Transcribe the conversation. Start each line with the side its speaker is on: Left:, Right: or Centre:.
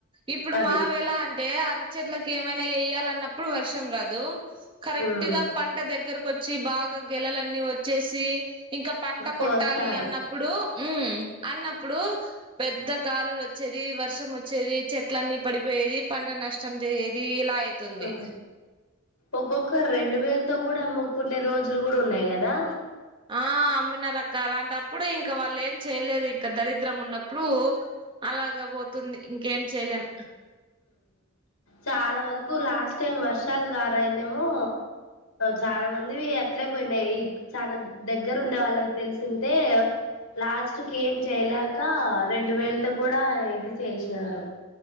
Right: ఇప్పుడు
Left: అది
Right: మావేళ అంటే అర చెెట్లకి ఏమైనా వయాలిన్నప్పుడు వర్షం రాదు కరెక్ట్
Left: ఉమ్
Right: గా పంట దగ్గరకు వచ్చి బాగా గెలలన్నీ వచ్చేసి ఇంకా పంట
Left: కోస్తారు
Right: కొట్టాలి అన్నప్పుడు ఉ అన్నప్పుడు పెద్ద గాలులు వచ్చేది వర్షం వచ్చేది చెట్లన్నీ పడిపోయేది పంట నష్టం చేది ఇలా అయితుంది
Left: ఆ ఒక్కొక్క రెండు వేలు కూడా మగకున్ని రోజులు కూడా ఉన్నాయి కదా
Right: ఆ అమ్మిన రక్క అలాంటప్పుడు ఇంకా వాళ్ళు ఏం చేయలేదు ఇంకా దరిద్రం ఉన్నప్పుడు ఇప్పుడు అలాగ పోతుంది ఇంకేం చేయలేం
Left: చాలా వరకు లాస్ట్ టైం వర్షాల ద్వారా అయినేమో చాలా మందివి అట్లే పోయినాయి ఈ చా దగ్గర ఉండే వాళ్ళకి తెలిసింటే లాస్ట్ క ఏం చేయలేక రెండు వేలతో కూడా ఇది చేసినారు